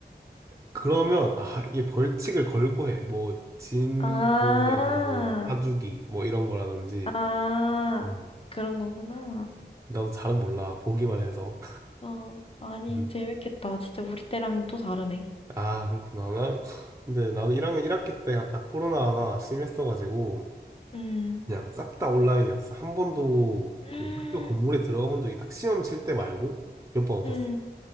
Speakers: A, on the right; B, on the left.
A: 그러면 아 이게 벌칙을 걸고 해. 뭐 진도에서
B: 아,
A: 뭐 사주기 뭐 이런 거라든지
B: 아,
A: 음,
B: 그런 거구나.
A: 나도 잘은 몰라 보기만 해서
B: 어, 아니,
A: 음.
B: 재밌겠다. 진짜 우리 때랑 또 다르네.
A: 아, 그렇구나. 난- <sighs> 근데 나는 1학년 일학기 때가 딱 코로나가 심했어가지고,
B: 음.
A: 그냥 싹 다 온라인이었어. 한 번도 그
B: 음,
A: 학교 건물에 들어가 본 적이 딱 시험 칠 때 말고 몇 번 없었어.
B: 음.